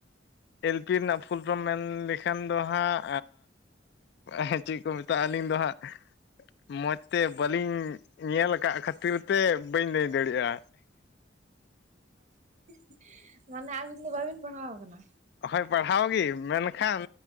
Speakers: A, on the left; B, on the right.
A: ᱮᱞ ᱯᱤ ᱨᱮᱱᱟᱜ ᱯᱷᱩᱞ ᱯᱷᱨᱚᱢ ᱢᱮᱱ ᱞᱮᱠᱷᱟᱱ ᱫᱚ ᱦᱟᱸᱜ ᱦᱮᱸ ᱪᱮᱜ ᱠᱩ ᱢᱮᱛᱟᱜᱼᱟ ᱟᱹᱞᱤᱧ ᱫᱚ ᱦᱟᱸᱜ ᱢᱚᱡᱽ ᱛᱮ ᱵᱟᱹᱞᱤᱧ ᱧᱮᱞ ᱠᱟᱜ ᱠᱷᱟᱹᱛᱤᱨ ᱛᱮ ᱵᱟᱹᱧ ᱞᱟᱹᱭ ᱫᱟᱲᱮᱭᱟᱜᱼᱟ᱾
B: <inaudible> ᱢᱟᱱᱮ ᱟᱹᱵᱤᱱ ᱫᱚ ᱵᱟᱵᱤᱱ ᱯᱟᱲᱦᱟᱣ ᱟᱠᱟᱱᱟ᱾
A: ᱦᱳᱭ ᱯᱟᱲᱦᱟᱣ ᱜᱤ ᱢᱮᱱᱠᱷᱟᱱ